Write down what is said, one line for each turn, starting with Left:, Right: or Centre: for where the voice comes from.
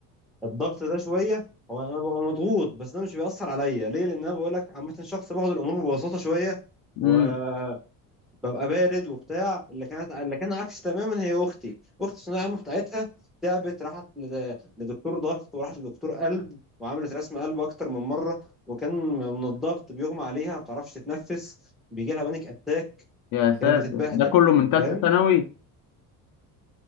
Centre: الضغط ده شويه هو انا ببقى مضغوط بس ده مش بيأثر عليا ليه لان انا بقول لك عامه شخص باخد الامور ببساطه شويه وببقى
Left: امم
Centre: بارد وبتاع اللي كانت اللي كان عكس تماما هي اختي اختي الثانويه العامه بتاعتها تعبت راحت لد- لدكتور ضغط وراحت لدكتور قلب وعملت رسم قلب اكتر من مره وكان من الضغط بيغمى عليها ما بتعرفش تتنفس بيجي لها بانيك اتاك
Left: يا ساتر
Centre: كانت بتتبهدل
Left: ده كله من تالتة
Centre: فاهم
Left: ثانوي